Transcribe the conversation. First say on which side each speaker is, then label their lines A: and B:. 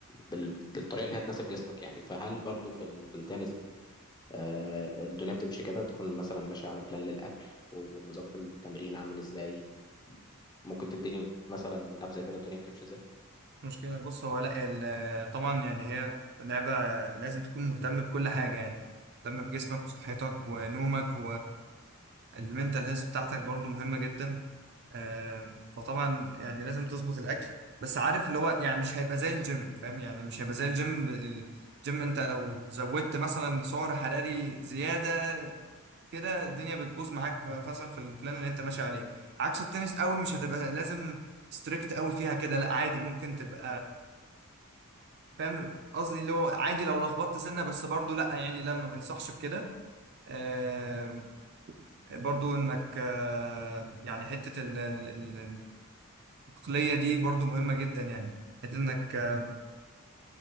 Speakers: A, on the left; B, on the right.
A: بال- بالطريقة اللي هتناسب جسمك يعني فهل برضو في ال- في التنس آه، الدنيا بتمشي كده تكون مثلا ماشي على بلان للأكل والنظام في التمرين عامل ازاي ممكن تديني مثلا نبذة كده الدنيا بتمشي ازاي
B: مشكلة بص هو لا ال- طبعا يعني هي لعبة لازم تكون مهتم بكل حاجة يعني مهتم بجسمك وصحتك ونومك والمنتال هيلث بتاعتك برضو مهمة جدا آم، فطبعا يعني لازم تظبط الأكل بس عارف اللي هو يعني مش هيبقى زي الجيم فاهم يعني مش هيبقى زي الجيم الجيم انت لو زودت مثلا سعر حراري زيادة كده الدنيا بتبوظ معاك مثلا في البلان اللي انت ماشي عليه عكس التنس قوي مش هتبقى لازم ستريكت قوي فيها كده لا عادي ممكن تبقى فاهم قصدي اللي هو عادي لو لخبطت سنه بس برضو لا يعني لا ما بنصحش بكده آه، برضو انك آه، يعني حته ال- ال- ال- العقليه دي برضو مهمه جدا يعني حته انك آه،